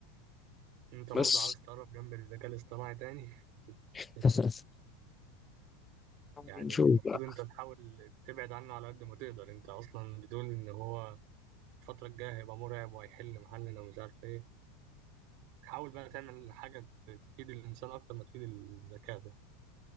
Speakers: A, on the right; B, on the left.
A: انت برضه
B: بس
A: عاوز تقرب جنب الذكاء الاصطناعي تاني
B: <laughs>
A: <laughs> يعني
B: نشوف
A: المفروض
B: بقى
A: انت تحاول تبعد عنه على قد ما تقدر انت اصلا بتقول ان هو الفترة الجاية هيبقى مرعب وهيحل محلنا ومش عارف ايه حاول بقى تعمل حاجة تفيد الانسان اكتر ما تفيد الذكاء ده